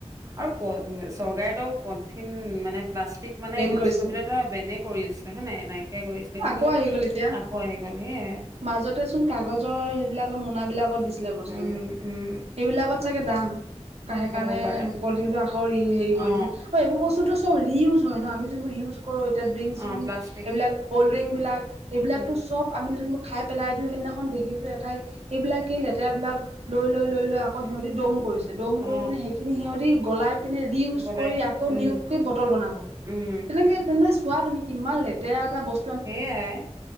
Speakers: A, on the right; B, on the right.
A: আৰু পই চৰকাৰেতো পলিথিন, মানে প্লাষ্টিক মানে
B: বেন
A: ইউজ
B: কৰিছিলে
A: কৰিবলৈ বেনে কৰিছে হয় নে নাইকিয়া কৰিছিলে কিন্তু,
B: আকৌ আহি গ'ল এতিয়া
A: আকৌ আহি গ'ল সেইয়াই।
B: মাজতে চোন কাগজৰ, সেইবিলাকৰ মোনাবিলাকত দিছিলে বস্তুবোৰ।
A: উম উম
B: সেইবিলাকত চাগে দাম কা সেইকাৰণে
A: হ'ব পাৰে
B: পলিথিনটো আকৌ ৰি হেৰি কৰিছে
A: অ
B: আৰু এইবোৰ বস্তুটো ত'ৰি ইউজ হয় ন'আমি যোনবোৰ ইউজ কৰো এতিয়া ড্ৰিংক
A: অ অ
B: চ্ৰিংক
A: প্লাষ্টিক
B: এইবিলাক কল্ড ড্ৰিংক বিলাক এইবিলাকতো
A: উম
B: চব আমি যোন খাই পেলাই দিওঁ সেইদিনাখন দেখিছোঁ এঠাইত সেইবিলাকে লেতেৰাবিলাক, লৈ লৈ লৈ লৈ আকৌ সিহঁতি দম কৰিছে। দম
A: অ
B: কৰি পিনে সেইখিনি সিহঁতি গলাই পিনে ৰি ইউজ
A: গলাই
B: কৰি আকৌ
A: উম
B: নিউকে বটল বনাব,
A: উম
B: তেনেকে তেনে চোৱা তুমি। কিমান লেতেৰা এটা বস
A: সেয়াই।